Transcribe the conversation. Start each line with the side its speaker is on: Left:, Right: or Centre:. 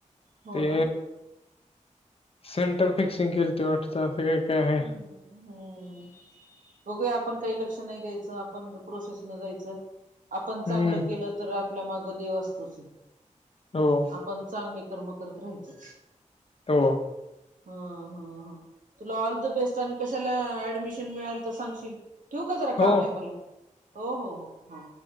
Right: हो
Left: ते
Right: ना
Left: सेंटर फिक्सिंग केलते वाटतं असं काय-काय आहे.
Right: हम्म हम्म बघूया आपण काही लक्ष नाही द्यायचं आपण प्रोसेस न जायचं. आपण चांगलं
Left: हम्म,
Right: केलं तर आपल्या मागं देव असतोच आहे.
Left: हो.
Right: आपण चांगले कर्म करत राहायचं.
Left: <unintelligible>
Right: हा हा हा तुला आल च बेस्ट आणि कशाला ऍडमिशन मिळाल तर सांगशील. ठेवू का जरा
Left: हो,
Right: काम आहे मला हो हो हो हा.